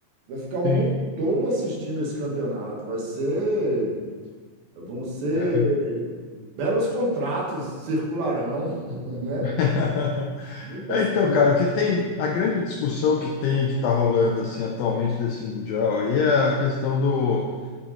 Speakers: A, on the right; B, on the left.
A: vai ficar o
B: sim.
A: mundo todo assistindo esse campeonato. Vai ser, vão ser
B: É.
A: belos contratos circularão, <laughs> né?
B: <laughs>
A: Muitas.
B: É, então, cara, o que tem. A grande discussão que tem, que tá rolando, assim, atualmente desse Mundial aí é a questão do.